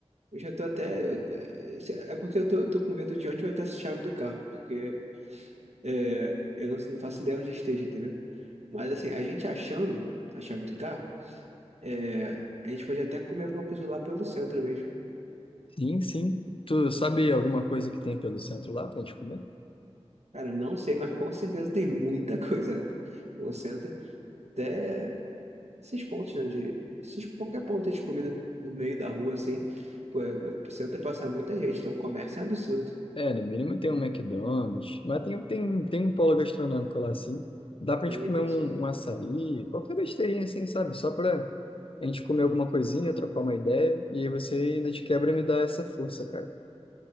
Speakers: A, on the right; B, on the left.
A: eu já tô até. eu- É é porque eu tô, tô com medo de onde vai estar essa chave do carro. Porque é, eu não, não faço ideia onde esteja, entendeu? Mas, assim, a gente achando a chave do carro, é, a gente pode até comer alguma coisa lá pelo centro mesmo.
B: Sim, sim. Tu sabe alguma coisa que tem pelo centro lá pra gente comer?
A: Cara, eu não sei, mas com certeza tem muita coisa. Pô, senta até esses pontos, né? De, esses, qualquer ponto de comida no meio da rua, assim. Pô, é- senta e passa muita gente. Então, o comércio é um absurdo.
B: É, no mínimo tem um McDonald's, mas tem, tem, tem um polo gastronômico lá, assim. Dá pra
A: Tem,
B: gente comer
A: tem
B: um,
A: sim.
B: um açaí, qualquer besteirinha, assim, sabe? Só pra a gente comer alguma coisinha, trocar uma ideia, e aí você ainda de quebra me dá essa força, cara.